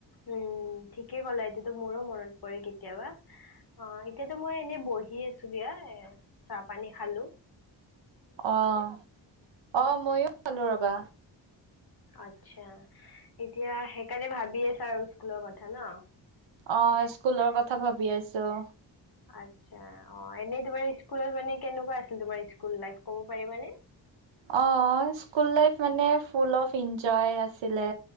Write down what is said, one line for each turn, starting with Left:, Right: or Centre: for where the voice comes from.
Left: উম ঠিকে ক'লা এতিয়াটো মোৰো মনত পৰে কেতিয়াবা। অ' এতিয়াতো মই এনেই বহি আছোঁ দিয়া এ চাহ পানী খালোঁ।
Right: অহ' অহ' মইয়ো খালোঁ ৰ'বা।
Left: আচ্ছা, এতিয়া সেইকাৰণে ভাবি আছা আৰু স্কুলৰ কথা ন।
Right: অ' স্কুলৰ কথা ভাবি আছোঁ।
Left: আচ্ছা অ' এনে তোমাৰ মানে স্কুলৰ কেনেকুৱা আছিল তোমাৰ স্কুল লাইফ ক'ব পাৰিবানে?
Right: অ' স্কুল লাইফ মানে ফুল অফ্ এনঞ্জয় আছিলে।